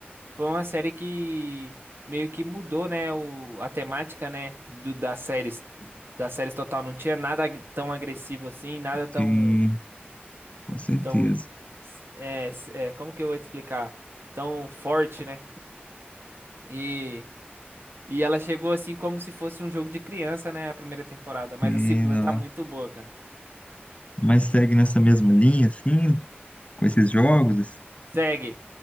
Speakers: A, on the right; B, on the left.
A: foi uma série que meio que mudou, né, o, a temática, né, do, das séries, das séries total. Não tinha nada tão agressivo assim, nada tão,
B: sim, com certeza.
A: tão, é, é, como que eu vou te explicar? Tão forte, né? E E ela chegou assim como se fosse um jogo de criança, né? A primeira temporada. Mas
B: Sim,
A: a segunda
B: não.
A: tá muito boa, cara.
B: Mas segue nessa mesma linha, assim, com esses jogos? assim?
A: Segue.